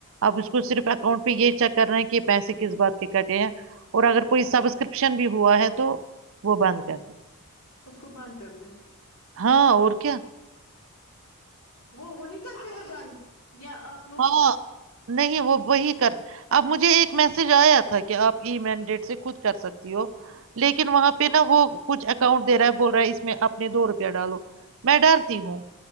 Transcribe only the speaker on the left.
اس کو بند کر دیں
وہ وہی کرتے ہیں بند یا آپ لوگ